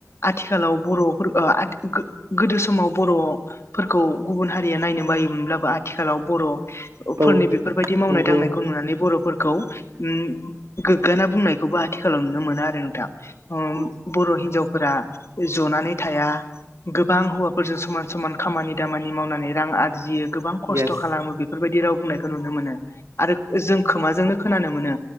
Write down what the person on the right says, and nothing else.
औ
नंगौ
उम
येस